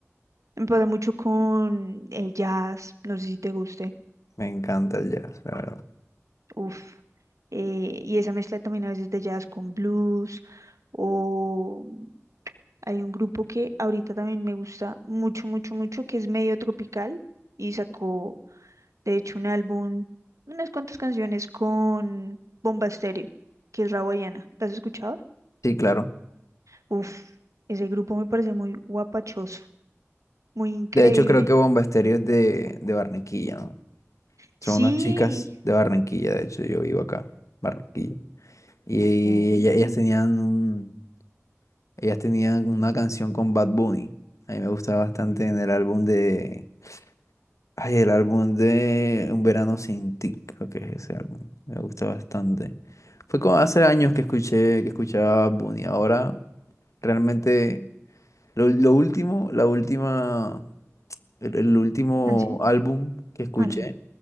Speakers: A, on the right (about 90°); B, on the left (about 85°).
A: Me pasa mucho con el jazz, no sé si te guste,
B: Me encanta el jazz, la verdad.
A: uff. Eh, y esa mezcla también a veces de jazz con blues o hay un grupo que ahorita también me gusta mucho, mucho, mucho que es medio tropical y sacó De hecho, un álbum, unas cuantas canciones con Bomba Estéreo, que es Rawayana. ¿Las has escuchado?
B: Sí, claro.
A: Uf, ese grupo me parece muy guapachoso, muy increíble.
B: De hecho, creo que Bomba Estéreo es de, de Barranquilla, ¿no?
A: Sí.
B: Son unas chicas de Barranquilla, de hecho, yo vivo acá, Barranquilla. Y
A: Oh,
B: ella- ellas, tenían un- ellas tenían una canción con Bad Bunny. A mí me gustaba bastante en el álbum de Ay, el álbum de Un verano sin ti, creo que es ese álbum. Me gusta bastante. Fue como hace años que escuché, que escuchaba Bad Bunny. Ahora, realmente, lo, lo último, la última, el, el último
A: canción,
B: álbum que escuché
A: álbum.